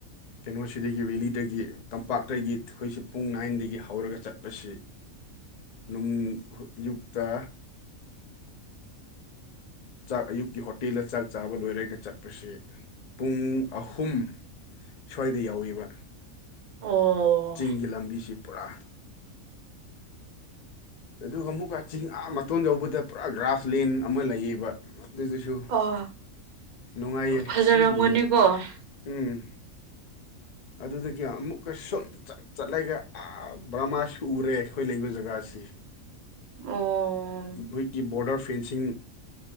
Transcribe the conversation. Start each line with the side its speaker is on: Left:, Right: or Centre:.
Left: ꯀꯩꯅꯣꯁꯤꯗꯒꯤ ꯕꯦꯂꯤꯗꯒꯤ ꯇꯝꯄꯥꯛꯇꯒꯤ ꯑꯩꯈꯣꯏꯁꯤ ꯄꯨꯡ ꯅꯥꯏꯟꯗꯒꯤ ꯍꯧꯔꯒ ꯆꯠꯄꯁꯤ
Right: <inaudible>
Left: ꯔꯨꯝ ꯑꯌꯨꯛꯇ ꯆꯥꯛ ꯑꯌꯨꯛꯀꯤ ꯍꯣꯇꯦꯜꯗ ꯆꯥꯛ ꯆꯥꯕ ꯂꯣꯏꯔꯒ ꯆꯠꯄꯁ‌ꯦ ꯄꯨꯡ ꯑꯍꯨꯝ ꯁ꯭ꯋꯥꯏꯗ ꯌꯧꯋ‌ꯦꯕ
Right: ꯑꯣ
Left: ꯆꯤꯡꯒꯤ ꯂꯝꯕꯤꯁꯤ ꯄꯨꯔꯥ ꯑꯗꯨꯒ ꯑꯃꯨꯛꯀ ꯆꯤꯡ ꯑ ꯃꯇꯣꯟ ꯌꯧꯕꯗ ꯄꯨꯔꯥ ꯒ꯭ꯔꯥꯁꯂꯦꯟ ꯑꯃ ꯂꯩꯌꯦꯕ ꯑꯗꯨꯗꯁꯨ
Right: ꯑꯣ
Left: ꯅꯨꯡꯉꯥꯏꯌꯦ
Right: ꯐꯖꯔꯝꯒꯅꯤꯀꯣ
Left: ꯁꯨꯝ ꯌꯦꯡ ꯎꯝ ꯑꯗꯨꯗꯒꯤ ꯑꯃꯨꯛꯀ ꯁꯨꯝ ꯆꯠ ꯆꯠꯂꯒ ꯑ ꯕꯔꯃꯥꯁꯨ ꯔꯦ ꯑꯩꯈꯣꯏ ꯂꯩꯕ ꯖꯒꯥꯁꯤ
Right: ꯑꯣ
Left: ꯃ‌ꯣꯏꯀꯤ ꯕꯣꯔꯗꯔ ꯐꯦꯟꯁꯤꯡ